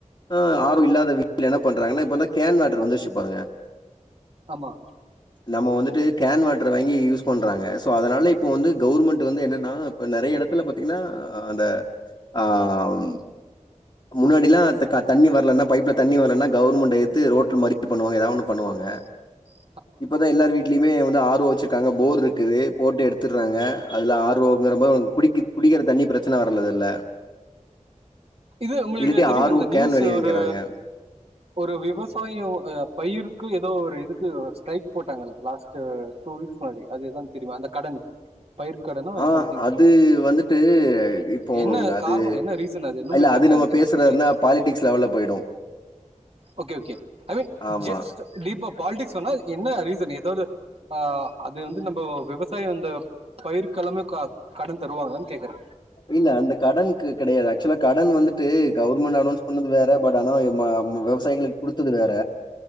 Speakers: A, on the left; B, on the right.
A: ஆ ஆரோவ் இல்லாத வீட்ல என்ன பண்றாங்கன்னா இப்பதா கேன் வாட்ரு வந்துச்சு பாருங்க
B: ஆமா
A: நம்ம வந்துட்டு கேன் வாட்டர் வாங்கி யூஸ் பண்றாங்க சோ அதனால இப்போ வந்து கவுவர்மெண்ட்டு வந்து என்னன்னா இப்ப நெறைய எடத் இத்துல பாத்தீங்கன்னா அந்த ஆம் முன்னாடிலா தக்க தண்ணி வரலன்னா பைப்ல தண்ணி வரலன்னா கவர்மெண்ட்ட ஏத்து ரோட்ல மரிப்பு பன்னுவாங்க ஏதாது ஒன்னு பண்ணுவாங்க
B: <inaudible>
A: இப்பதா எல்லார் வீடலயுமே வந்து ஆர் ஓ வச்சு க்காங்க போர் இருக்குது போட்டு எடுத்துறாங்க அதுல ஆர்வோங்குற மாரி குடிக்கி குடிக்கிற தண்ணி பிரச் ச்சன வரலது இல்ல
B: இது உங்களுக்கு
A: இல்லாட்டி
B: தெரியுமா
A: ஆர்
B: அந்த
A: ஓ
B: நியூஸ்சு
A: கேன் வெளிய விக்கிறாங்க
B: ஒரு ஒரு விவசாயோ அ பயிருக்கு ஏதோ ஒரு இதுக்கு ஸ்ட்ரைக் போட்டாங்கள் லாஸ்ட்டு ஃபுல்ஸ் மாரி அது எதும் தெரியுமா அந்த கடன் பயிர்க் கடன்னோ
A: ஆ
B: சம் திங்கு
A: அது வந்துட்டு இப்போ
B: என்ன
A: அது
B: காரண என்ன ரீசன் அது என்ன
A: இல்ல
B: தெர்ல
A: நம்ம
B: எனக்கு
A: பேசுறது
B: அத பத்தி
A: இருந்தா பாலிடிக்ஸ் லெவல்ல போயிடும்
B: ஓகே ஓகே ஐ மீன்
A: ஆமா
B: ஜஸ்ட் டீப்பா பாலிடிக்ஸ் வேன்னா என்ன ரீசன் ஏதாவது ஆ அது வந்து நம்ம விவசாய இந்த பயிர்கிழம க கடன் தருவாங்களானு கேக்குறே
A: இல்ல அந்த கடனுக்கு கெடையாது ஆக்சுவலா கடன் வந்துட்டு கவர்மெண்ட் அனௌன்ஸ் பண்ணது வேற பட் ஆனா மா நம்ம விவசாயிகளுக்கு குடுத்தது வேற